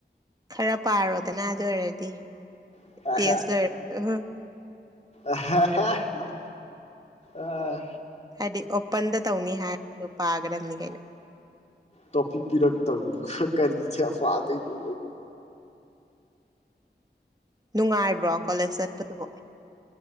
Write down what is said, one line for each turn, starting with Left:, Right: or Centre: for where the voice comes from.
Right: ꯈꯔ ꯄꯔꯣꯗꯅ ꯑꯗꯨ ꯑꯣꯏꯔꯗꯤ
Left: ꯍꯥꯏ
Right: ꯇꯦꯁ ꯂꯣꯏꯔ ꯍꯨꯡ
Left: ꯑꯍꯥꯍꯥꯍꯥꯍꯥꯍꯥ ꯑꯥ
Right: ꯍꯥꯏꯗꯤ ꯑꯣꯄꯟꯗ ꯇꯧꯅꯤ ꯍꯥꯏꯔꯁꯨ ꯄꯒꯗꯕꯅꯤ ꯀꯩꯅꯣ
Left: ꯇꯣꯞꯄꯤꯛ ꯄꯤꯔꯛꯇꯕꯗꯨ ꯀꯔꯤꯆꯦꯄꯗꯣꯏꯅꯣ
Right: ꯅꯨꯡꯉꯥꯏꯕ꯭ꯔꯣ ꯀꯣꯂꯦꯖ ꯆꯠꯄꯗꯨꯕꯨ